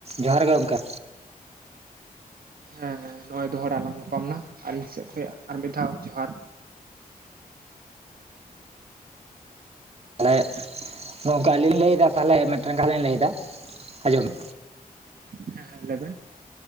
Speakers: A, on the right; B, on the right.
A: ᱡᱚᱦᱟᱨ ᱜᱮ ᱜᱚᱝᱠᱮ
B: ᱦᱮᱸ ᱱᱚᱜ ᱚᱭ ᱫᱚᱦᱲᱟᱟᱜ ᱟᱞᱟᱝ ᱧᱟᱯᱟᱢ ᱮᱱᱟ ᱟᱞᱤᱧ ᱥᱮᱫ ᱠᱷᱚᱱ ᱟᱨ ᱢᱤᱫ ᱫᱷᱟᱣ ᱡᱚᱦᱟᱨ
A: ᱢᱟᱱᱮ <inaudible> ᱱᱚᱝᱠᱟ ᱟᱹᱞᱤᱧ ᱞᱟᱹᱭᱫᱟ ᱛᱟᱦᱚᱞᱮ ᱢᱤᱫᱴᱟᱝ ᱠᱷᱟ ᱞᱤᱧ ᱞᱟᱹᱭᱫᱟ ᱟᱸᱡᱚᱢ ᱢᱮ
B: ᱦᱮᱸ ᱦᱮᱸ ᱞᱟᱹᱭᱵᱮᱱ